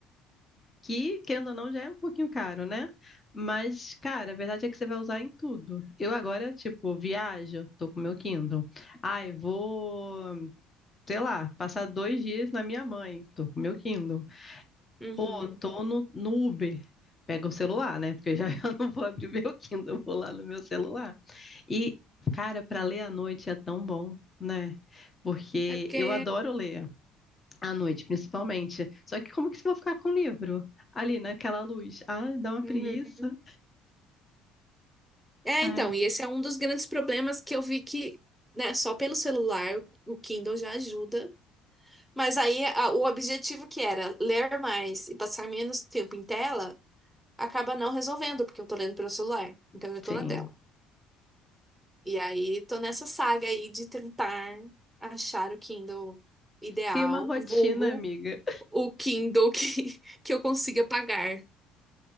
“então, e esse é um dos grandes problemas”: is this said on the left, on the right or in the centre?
Centre